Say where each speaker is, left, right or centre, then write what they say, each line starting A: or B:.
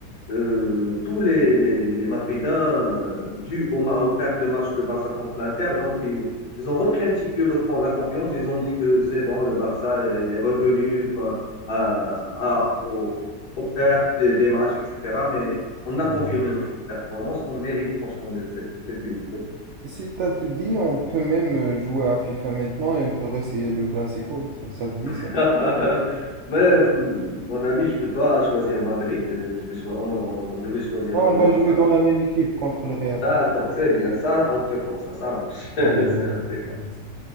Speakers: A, on the left; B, on the right.
A: euh, tous les, les, les Madridains, euh, dus au, ma- aux pertes de match de Barça contre l'Inter, donc ils, ils ont repris un petit peu le- la confiance. Ils ont dit que c'est bon, le Barça est revenu quoi, à, à- au- aux, pertes des, des matchs, etc. Mais on a
B: j'avais
A: confirmé
B: bien.
A: notre performance. On mérite franchement de cette, cette ligue.
B: Si t'as te dit, on peut même euh, jouer à FIFA maintenant et on peut essayer le Classico. Ça, ça te dit
A: <laughs>
B: ça?
A: Mais euh, mon ami, je ne peux pas choisir Madrid. euh, Je vais, choi- on- je vais choisir
B: Ah,
A: euh,
B: on
A: le
B: va
A: Barça.
B: jouer dans la même équipe contre le Real.
A: D'accord, c'est bien ça. On fait comme ça. Ça marche. <laughs>
B: Allez, vas-y.
A: C'est impeccable.